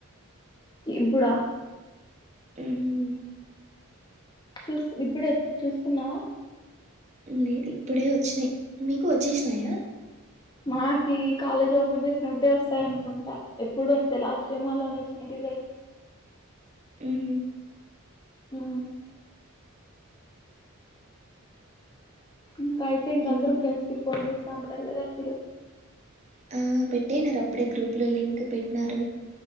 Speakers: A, on the left; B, on the right.
A: ఇప్పుడ?
B: మ్
A: చూస్ ఇప్పుడే చూస్కున్నావా?
B: లేదు ఇప్పుడే వచ్చినయి మీకు వచ్చేసినాయా?
A: మాకి కాలేజ్ ఓపెన్ చేసినప్పుడే వస్తాయనుకుంట ఎప్పుడు టే లాస్ట్ టైమ్ అలానే వచ్చిన రిజల్ట్స్
B: మ్ హ్
A: ఆ ఇంకా అయితే ఇంక
B: ఇం
A: అందరు ఫ్రెండ్స్కి ఫోన్ చేస్తా ఉంటారు కదా అప్పుడు
B: ఆ పెట్టినార్ అప్పుడే గ్రూప్లో లింక్ పెట్టినారు.